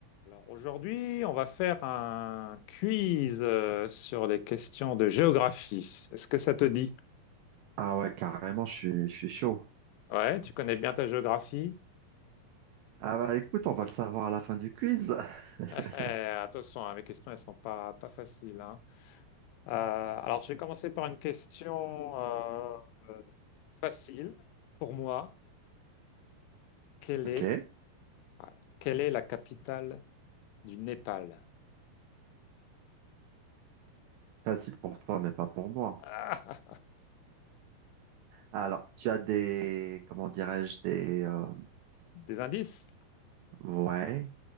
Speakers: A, on the left; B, on the right.
A: Alors aujourd'hui, on va faire un quiz euh, sur les questions de géographie. Est-ce que ça te dit?
B: Ah ouais, carrément, je suis, je suis chaud.
A: Ouais, tu connais bien ta géographie?
B: Ah bah écoute, on va le savoir à la fin du quiz. <laughs>
A: <laughs> attention, hein, mes questions, elles sont pas, pas faciles. hein. Euh, alors, je vais commencer par une question euh, euh, facile pour moi. Quelle
B: Ok,
A: est, ouais, quelle est la capitale du Népal?
B: facile pour toi, mais pas pour moi.
A: Ah,
B: Alors, tu as des, comment dirais-je, des, euh,
A: des indices?
B: ouais,